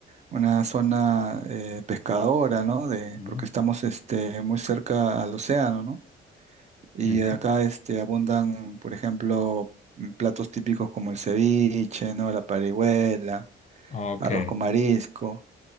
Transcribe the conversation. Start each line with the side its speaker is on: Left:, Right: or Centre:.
Right: una zona eh, pescadora, ¿no? De,
Left: ujú,
Right: porque estamos este, muy cerca al océano, ¿no? Y
Left: ujú.
Right: acá este, abundan, por ejemplo, mm, platos típicos como el ceviche, ¿no? La parihuela,
Left: Ok.
Right: arroz con marisco.